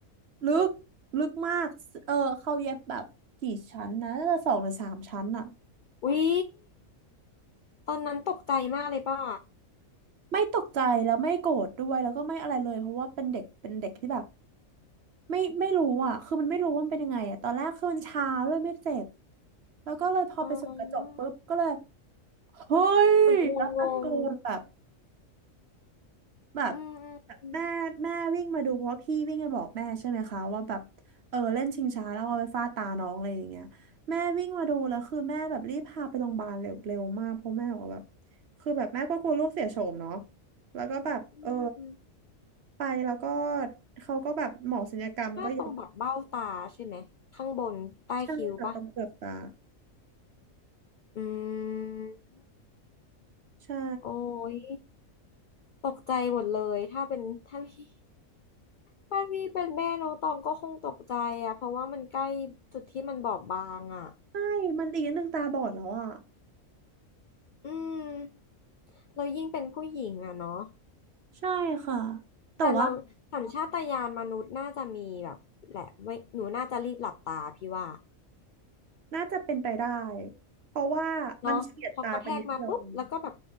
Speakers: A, on the right; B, on the left.
A: ลึกลึกมากเออเขาเย็บแบบกี่ชั้นนะน่าจะสองหรือสามชั้นอะ
B: อุ๊ยตอนนั้นตกใจมากเลยป่ะ
A: ไม่ตกใจแล้วไม่โกรธด้วยแล้วก็ไม่อะไรเลยเพราะว่าเป็นเด็กเป็นเด็กที่แบบไม่ไม่รู้อะคือมันไม่รู้ว่ามันเป็นยังไงอะตอนแรกคือมันชาด้วยไม่เจ็บแล้วก็เลยพอไปส่องกระจกปุ๊บก็เลย
B: อ๋อ
A: เฮ้ยแล้วตะโกนแบบ
B: เหมือนงงง
A: แบบ
B: อืม
A: แบบแม่แม่วิ่งมาดูเพราะว่าพี่วิ่งมาบอกแม่ใช่ไหมคะว่าแบบเออเล่นชิงช้าแล้วเอาไปฟาดตาน้องอะไรอย่างเงี้ยแม่วิ่งมาดูแล้วคือแม่แบบรีบพาไปโรงพยาบาลเร็วเร็วมากเพราะแม่บอกว่าแบบ
B: อืม
A: คือแบบแม่ก็กลัวลูกเสียโฉมเนาะแล้วก็แบบเออ
B: อืมอืม
A: ไปแล้วก็เขาก็แบบหมอศัลยกรรมก็เย็บ
B: พลาดตรงแบบเบ้าตาใช่ไหมข้างบนใต้คิ้วป่ะ
A: ใช่ค่ะตรงเปลือกตา
B: อืม
A: ใช่
B: โอ้ยตกใจหมดเลยถ้าเป็นถ้าพี่ถ้าพี่เป็นแม่น้องตองก็คงตกใจอะเพราะว่ามันใกล้จุดที่มันบอบบางอะ
A: ใช่มันอีกนิดนึงตาบอดแล้วอ่ะ
B: อืมเรายิ่งเป็นผู้หญิงอะเนาะ
A: ใช่ค่ะแต่ว่า
B: แต่เราสัญชาตญาณมนุษย์น่าจะมีแบบแหละไม่หนูน่าจะรีบหลับตาพี่ว่า
A: น่าจะเป็นไปได้เพราะว่ามันเฉียดตาไปนิดเดียวเอง
B: เนาะพอกระแทกมาปุ๊บแล้วก็แบบ